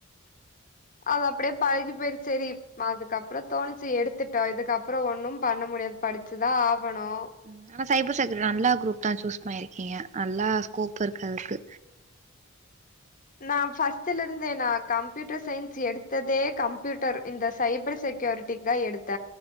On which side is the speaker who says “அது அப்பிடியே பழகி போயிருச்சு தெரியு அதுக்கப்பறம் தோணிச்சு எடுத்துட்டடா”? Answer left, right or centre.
Left